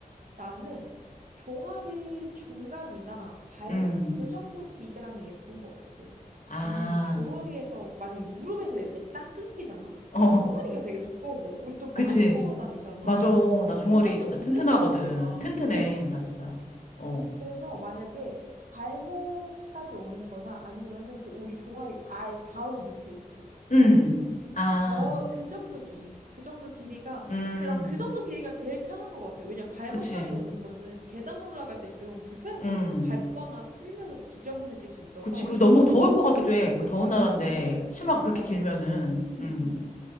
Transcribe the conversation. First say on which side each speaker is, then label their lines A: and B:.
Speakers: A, on the right (about 65°); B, on the left (about 60°).
A: 나는 종아리 중간이나 발목
B: 음.
A: 그 정도 기장이 예쁜 것 같아.
B: 아,
A: 이 종아리에서 만약에 무릎에서 이렇게 딱 끊기잖아?
B: 어,
A: 그럼 종아리가 되게 두꺼워 보여. 우리 또
B: 그치.
A: 많이 걸어 다니잖아.
B: 맞아. 나 종아리
A: 종아리가
B: 진짜
A: 붓는단
B: 튼튼하거든.
A: 말이야.
B: 튼튼해.
A: 응.
B: 나 진짜. 어.
A: 그래서 만약에 발목까지 오는 거나 아니면은 그 우리 종아리 알 바로 밑에 있지.
B: 음. 아.
A: 거, 그 정도 길이. 그 정도 길이가.
B: 음.
A: 근데 난 그 정도 길이가 제일 편한 것 같아. 왜냐면 발목까지
B: 그치.
A: 오는 거는 계단 올라갈 때 좀 불편할
B: 음.
A: 수 있거든. 밟거나 쓸려서 지저분해질 수 있어서.
B: 그치. 그리고 너무 더울 것 같기도 해. 그 더운 나라인데
A: 어, 어, 어, 어,
B: 치마가 그렇게
A: 맞아.
B: 길면은. 음.
A: 응, 응.